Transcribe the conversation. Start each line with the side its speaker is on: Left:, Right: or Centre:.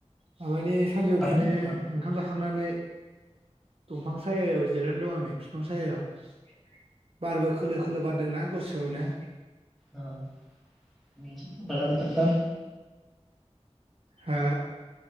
Right: माबानि सानजौफुनि
Centre: कारेन्ट फैबाय नामा नोंसिनिथिं?
Right: ओंखाम जाखांनानै दंफां सायायाव जिरायनानै दं आं नै बिफां सायायाव बारबो खोलो खोलो बा रदोंना गोसोनो
Centre: ओ बिदिनोसै माला बोथोरफोरा
Right: हा